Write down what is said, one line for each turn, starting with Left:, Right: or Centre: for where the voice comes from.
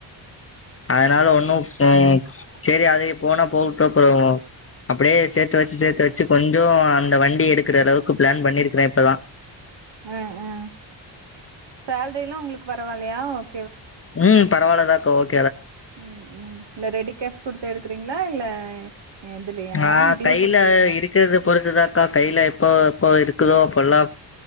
Left: அத்னால ஒன்னூ ம் செரி அது போனா போகட்டூ அப்றோ அப்டியே சேத்து வச்சு சேத்து வச்சு கொஞ்சோ அந்த வண்டி எடுக்கிறளவுக்கு ப்ளான் பண்ணிருக்கிறே இப்பதா
Right: ஆ ஆ சாலரிலா உங்களுக் பரவால்லயா ஒக்
Left: ம் பரவால்ல தாக் ஓக்
Right: ம் ம் ல ரெடி கேஷ் குடுத்து எடுக்றீங்களா இல்ல இதுலயா
Left: ஆ
Right: டியூ
Left: கையில
Right: குடுத்து
Left: இருக்றத பொறுத்துதாக்கா கையில இப்போ போ இருக்குதோ அப்பல்லா